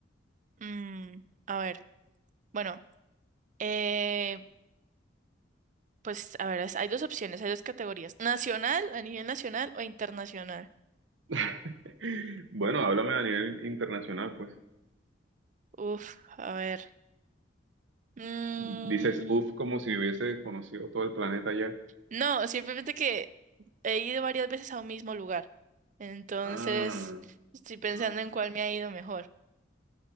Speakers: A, on the right; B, on the right.
A: Mm, a ver, bueno, eh, pues a ver, es- hay dos opciones, hay dos categorías. Nacional, a nivel nacional o internacional.
B: <laughs> Bueno, háblame a nivel internacional, pues.
A: Uf, a ver. Mm,
B: Dices, uf, como si hubiese conocido todo el planeta ya.
A: no, simplemente que he ido varias veces a un mismo lugar. Entonces,
B: Ah,
A: estoy pensando
B: ah.
A: en cuál me ha ido mejor.